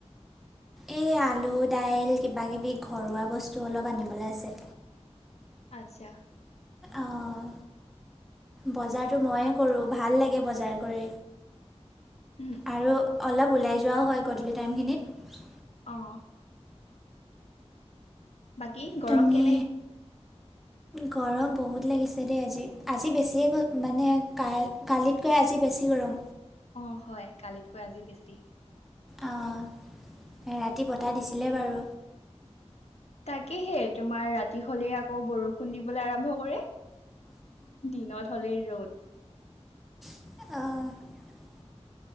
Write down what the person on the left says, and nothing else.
আচ্ছা।
উম,
অ' বাকী গৰম
কেনে?
অ' হয়। কালিতকৈ আজি বেছি।
তাকেহে তোমাৰ ৰাতি হলেই আকৌ বৰষুণ দিবলৈ আৰম্ভ কৰে। দিনত হ'লেই ৰ'দ।